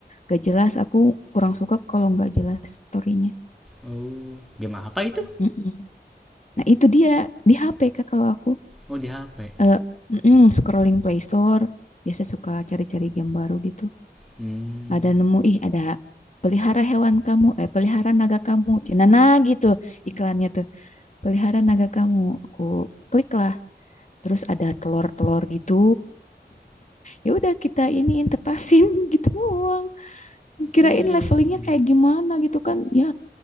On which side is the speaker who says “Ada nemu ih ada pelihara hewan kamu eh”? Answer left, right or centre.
Left